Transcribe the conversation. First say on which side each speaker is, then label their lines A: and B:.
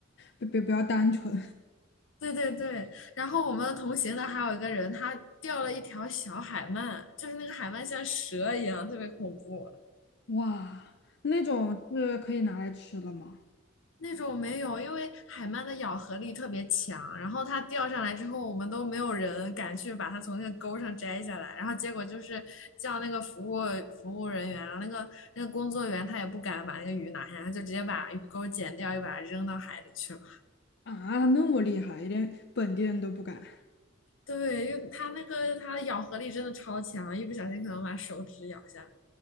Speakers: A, on the left (about 60°); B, on the left (about 75°).
A: 不不不要单纯。
B: 对对对，然后我们同行的还有一个人，他钓了一条小海鳗，就是那个海鳗像蛇一样，特别恐怖。
A: <laughs> 哇，那种是可以拿来吃了吗？
B: 那种没有，因为海鳗的咬合力特别强，然后它钓上来之后，我们都没有人敢去把它从那个钩上摘下来，然后结果就是叫那个服务服务人员，然后那个那个工作员他也不敢把那个鱼拿下来，他就直接把鱼钩剪掉，又把它扔到海里去了。
A: 啊，那么厉害，连本地人都不敢。
B: 对，因为它那个它的咬合力真的超强，一不小心可能把手指咬下来。